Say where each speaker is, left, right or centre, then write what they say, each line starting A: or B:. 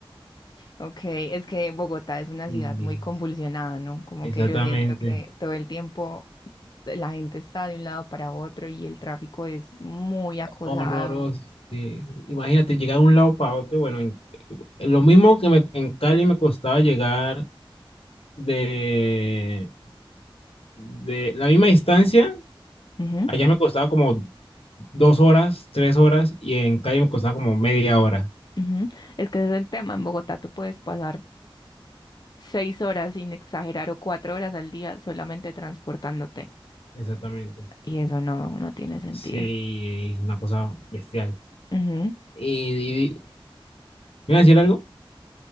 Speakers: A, on the left; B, on the left.
A: Ok, es que Bogotá es una
B: Y-
A: ciudad muy convulsionada, ¿no? Como
B: exactamente,
A: que yo siento que todo el tiempo la gente está de un lado para otro y el tráfico es muy acosado.
B: horroroso. sí. Imagínate llegar de un lado para otro, bueno, en- en lo mismo que me- en Cali me costaba llegar de, de la misma distancia
A: Ujú,
B: Allá me costaba como dos horas, tres horas, y en calle me costaba como media hora.
A: ujú. Es que ese es el tema. En Bogotá tú puedes pasar seis horas sin exagerar o cuatro horas al día solamente transportándote.
B: Exactamente.
A: Y eso no, no tiene sentido.
B: Sí, una cosa bestial.
A: Ujú.
B: Y, y- ¿me iba a decir algo?